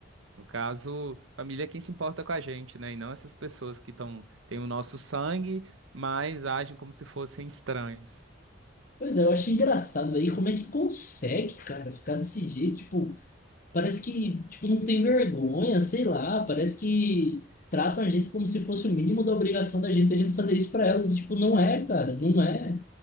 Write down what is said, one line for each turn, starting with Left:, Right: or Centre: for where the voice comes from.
Right: No caso, família é quem se importa com a gente, né? E não essas pessoas que tão, têm o nosso sangue, mas agem como se fossem estranhos.
Left: Pois é, eu acho engraçado, velho. E como é que consegue, cara, ficar desse jeito? Tipo, parece que, tipo, não tem vergonha, sei lá, parece que tratam a gente como se fosse o mínimo da obrigação da gente, a gente fazer isso para elas. E, Tipo, não é, cara, não é.